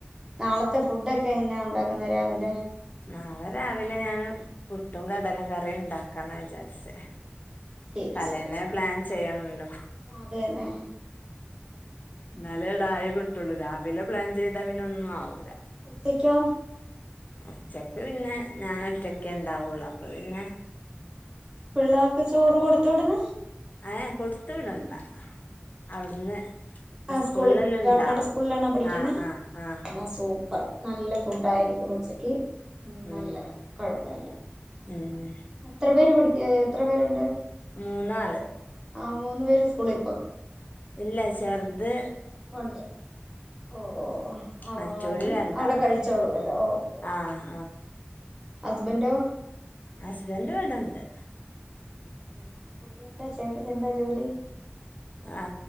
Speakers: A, on the right; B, on the left.
A: നാളത്തെ ഫുഡൊക്കെ എങ്ങനെയാ ഉണ്ടാക്കുന്നെ രാവിലെ
B: നാളെ രാവിലെ ഞാൻ പുട്ടും കടലക്കറിയും ഉണ്ടാക്കാന്നാ വിചാരിച്ചേ
A: ശരി
B: തലേന്നേ
A: ശരി
B: പ്ലാൻ ചെയ്യണല്ലോ
A: അതെന്നെ
B: എന്നാല് തായെ കിട്ടുള്ളു രാവിലെ പ്ലാൻ ചെയ്താ പിന്നെ ഒന്നും ആവൂല
A: ഉച്ചക്കോ
B: ഉച്ചക്ക് പിന്നെ ഞാൻ ഒറ്റക്കെ ഉണ്ടാവുള്ളു അപ്പൊ പിന്നെ.
A: പിള്ളേർക്ക് ചോറ് കൊടുത്ത വിടുന്നേ
B: ഏ കൊടുത്തു വിടണ്ട അവിടുന്ന്
A: ആ
B: സ്കൂൾലെല്ലാം
A: സ്കൂളിൽ ഗവൺമെന്റ്
B: ഇണ്ടാവും
A: സ്കൂളിലാണോ പഠിക്കുന്നെ
B: ആ ആ ആ
A: എല്ലാം <unintelligible> നല്ല ഫുഡായിരിക്കും ഉച്ചക്ക്
B: ഉം
A: നല്ലതാ കൊഴപ്പല്ല
B: ഉം
A: അത്ര പേര് പഠിക്ക എത്ര പേരുണ്ട്
B: മൂന്നാള്
A: ആ മൂന്ന് പേര് സ്കൂളി
B: എല്ലാ ചെർത്
A: ഒണ്ട് ഓ ഓ ഓ അ
B: മറ്റോല്
A: അതും
B: രണ്ടാളും
A: അവിടെ കഴിച്ചോളുവല്ലോ ഓക്കേ
B: ആഹ്
A: ഹസ്ബൻന്റൊ
B: ഹസ്ബൻറ് ഇവടെണ്ട്
A: ഉം പുള്ളി എന്താ ചേട്ടൻ എന്താ ജോലി
B: ആ